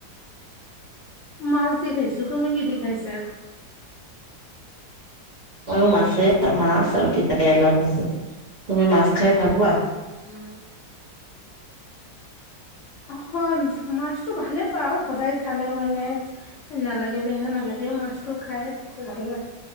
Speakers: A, on the left; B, on the right.
A: মাছ দি খাইছো, তুমি কি দি খাইছা?
B: ময়ো মাছে, মাছ আৰু তিতাকেৰেলা ভাজি। তুমি মাছ খাই ভাল পোৱা?
A: উম। হয়, মাছটো ভালে পাওঁ সদায় খালেও মানে নালাগে বেয়া নালাগে, মাছটো খায় থাকো, ভাল লাগে।